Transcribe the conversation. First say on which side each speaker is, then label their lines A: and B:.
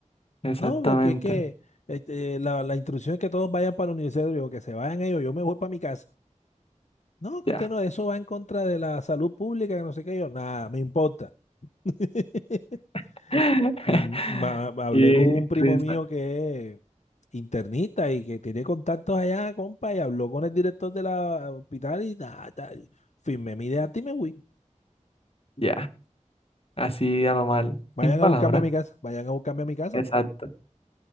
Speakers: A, on the left; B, on the left.
A: Exactamente.
B: No, porque es que este, la, la instrucción es que todos vayan para la universidad, yo, que se vayan ellos, yo me voy para mi casa. No, que
A: Ya.
B: usted no, eso va en contra de la salud pública, que no sé qué, yo, nada, me importa. <laughs>
A: <laughs>
B: Y ma- hablé
A: Qué
B: con un primo
A: risa.
B: mío que es internista y que tiene contactos allá, compa, y habló con el director de la hospital y nada, tal. firmé mi idea y me fui.
A: Ya. Así a lo mal.
B: Vayan
A: Sin palabras.
B: a buscarme a mi casa, vayan a buscarme a mi casa,
A: Exacto.
B: pues.